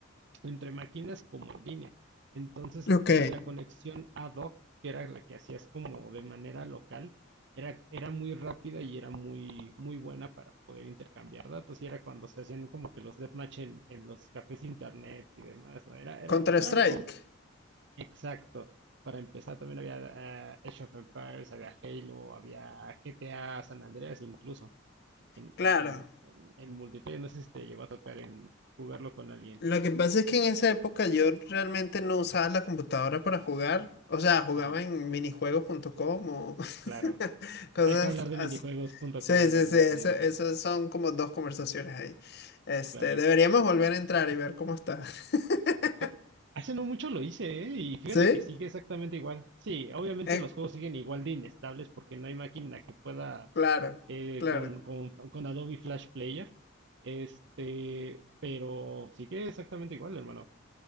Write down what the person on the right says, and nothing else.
entre máquinas como en línea. Entonces,
eh, la conexión ad hoc, que era la que hacías como de manera local, era, era muy rápida y era muy, muy buena para poder intercambiar datos. Y era cuando se hacían como que los deathmatch en, en los cafés internet y demás, ¿no? Era, era,
era algo Exacto. Para empezar, también había eh, Age of Empires, había Halo, había GTA San Andreas incluso en,
en, en, en, en multiplayer. No sé si te llegó a tocar en jugarlo con alguien.
Ajá,
claro.
Hay que hablar de
minijuegos.com
en
algún
punto,
claro.
Pe- hace no mucho lo hice, ¿eh? Y fíjate
que sigue exactamente igual. Sí, obviamente
los juegos siguen igual de inestables porque no hay máquina que pueda
eh,
con, con, con Adobe Flash Player. Este, pero sigue exactamente igual, hermano.